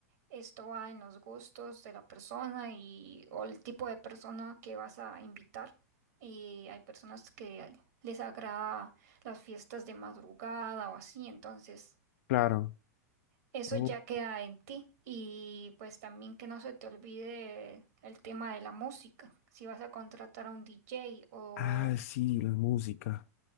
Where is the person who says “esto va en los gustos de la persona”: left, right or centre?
Right